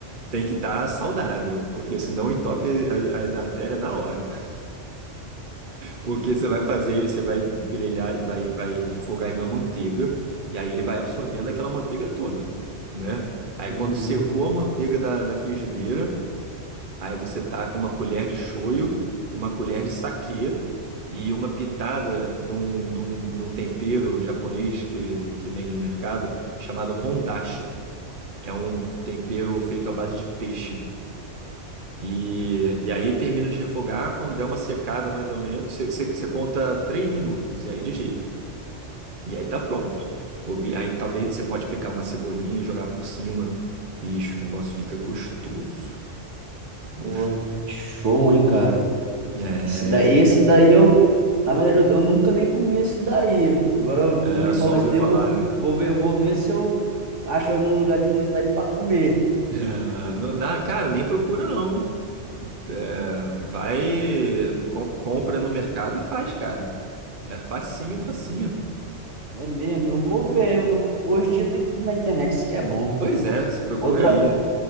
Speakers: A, on the right; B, on the right.
A: tem que estar saudável, porque senão entope as, as artérias na hora. <laughs> Porque você vai fazer ele, você vai grelhar, vai, vai refogar ele na manteiga, e aí ele vai absorvendo aquela manteiga toda, né? Aí
B: Uhum.
A: quando secou a manteiga da, da frigideira, aí você taca uma colher de shoyu, uma colher de saquê e uma pitada de um, de um, de um tempero japonês que, que vende no mercado chamado hondashi. É um tempero feito à base de peixe. E, e aí termina de refogar quando der uma secada mais ou menos. Você você você conta 3 minutos e aí desliga. E aí tá pronto. Ou bi- aí talvez você pode picar uma cebolinha e jogar por cima. Bicho, o negócio fica gostoso.
B: Porra,
A: Gostoso.
B: show, hein, cara.
A: É,
B: Esse daí, esse daí eu, na verdade, eu, eu nunca nem comi esse daí. Agora eu-
A: é,
B: tu me falou
A: só ouviu
B: isso daí,
A: falar,
B: eu vou,
A: né?
B: vou ver, vou ver se eu acho algum lugar aqui na minha cidade para comer.
A: É, no- na, cara, nem procura não. É, vai, com- compra no mercado e faz, cara. É facinho, facinho.
B: É mesmo, eu vou ver. eu vou- Hoje em dia tem tudo na internet, isso que é bom.
A: Pois é, procura
B: Outra,
A: aí.